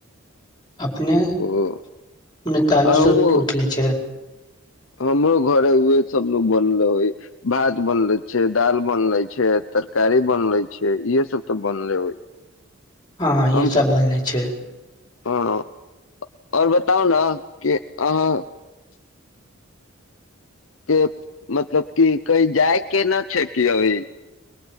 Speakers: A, on the left; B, on the left.
A: अपने अपने
B: ओ
A: तावी
B: हमहु
A: सूत के उठले छै?
B: हमरो घर उहे सभ बनले होइ भात बनले छै दाल बनले छै तरकारी बनले छै इहे सभ तऽ बनले होइ।
A: हँ -हँ यह
B: हम
A: सब बोलल छै। <unintelligible>
B: हँ <unintelligible> आओर बताउ ने कि अहाँ। <unintelligible> के मतलब की कई जाय के न छै कि अभी। <unintelligible>